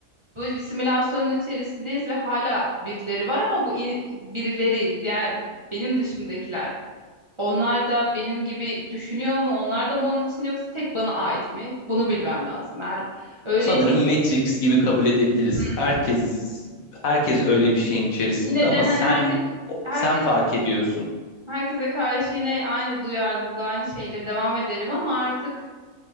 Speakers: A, on the right; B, on the left.
A: Böyle bir simülasyonun içerisindeyiz ve hala birileri var ama bu in- birileri diğer benim dışımdakiler. Onlar da benim gibi düşünüyor mu? Onlar da mı onun içinde yoksa tek bana ait mi? Bunu bilmem lazım. Eğer öyleyse
B: Sanırım Matrix gibi kabul edebiliriz.
A: hmm.
B: Herkes herkes öyle bir şeyin içerisinde
A: Yine
B: ama
A: de hani
B: sen
A: herkes herkese
B: sen fark ediyorsun.
A: herkese karşı yine aynı duyarlılıkla aynı şeyle devam ederim ama artık